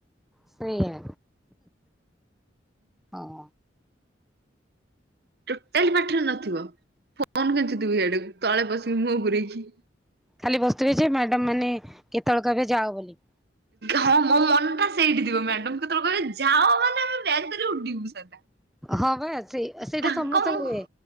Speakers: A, in the centre; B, on the right.
A: ସେଇଆ, ହଁ।
B: ଟୋଟାଲି ପାଠରେ ନଥିବ, ଫୋନ, କେଞ୍ଚୁଥିବି ଇଆଡେ ତଳେ ପଶି ମୁହଁ ପୁରେଇକି।
A: ଖାଲି ବସୁଥିବେ ଯେ ମ୍ୟାଡାମ୍ ମାନେ କେତେବେଳ କହିବେ ଯାଅ ବୋଲି।
B: ହଁ ମୋ ମନଟା ସେଇଠି ଥିବ ମ୍ୟାଡମ୍ କେତେବେଳେ କହିବେ ଯାଅ ମାନେ ଆମେ ବ୍ୟାଗ୍ ଧରି ଉଡିବୁ ସଦା।
A: ହ ବା ସେଇ ଅ, ସେଇଟା
B: ତାଙ୍କ
A: ସମସ୍ତଙ୍କର
B: ମୁହଁ
A: ହୁଏ।